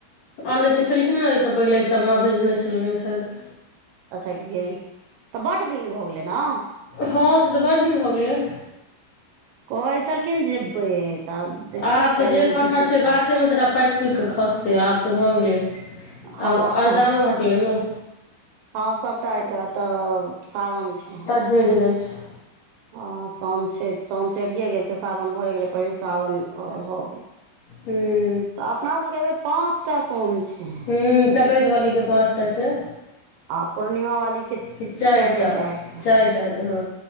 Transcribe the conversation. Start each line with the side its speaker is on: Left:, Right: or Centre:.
Left: त अनने तऽ छलखिन न एहिसँ पहिले एकटा मां भेजने छलै शायद।
Right: अच्छा गेल छै तऽ बड दिन भऽ गेलै न।
Left: हँ से तऽ बड दिन भऽ गेलै।
Right: कहै छलखिन जेबै तब देखियौ
Left: आब तऽ
Right: काल्हि
Left: जे
Right: यदि
Left: कटहर
Right: जेता
Left: छै, गाछेमे
Right: तऽ
Left: सबटा पाइकि-पुइक कऽ खसतै आब तऽ भऽ गेलै।
Right: हँ
Left: आब अरदरो हटलै न।
Right: हँ सबटा हैट गेल आब तऽ सावन छै।
Left: झैड़ जाइ छै।
Right: हँ सौन छै सौन चढ़ियए गेल छै, सावन भऽए गेलै पहिल साओन ह‌उवै भऽ गेल।
Left: हूं
Right: त अपना सबके एहि बेर पाँचटा सोम छै। आ
Left: हम्म संक्रैत वाली के पाँच टा छै।
Right: आ पूर्णिमा वाली के
Left: कि चारिटा
Right: चाइरे टा हेतै
Left: चारिटा
Right: हँ।
Left: हेतै